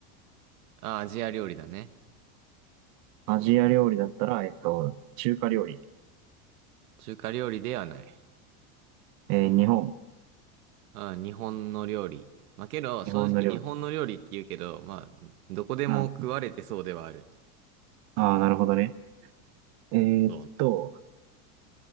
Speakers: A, on the right; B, on the right.
A: あ、アジア料理だね。
B: アジア料理だったら、えーっと、中華料理。
A: 中華料理ではない。
B: えー日本。
A: あ、日本の料理。まあけど、正直日本の料理って言うけど、
B: 日本の料理。
A: まあ、どこでも食われてそうではある。
B: うん。ああ、なるほどね。えーっと、
A: そう。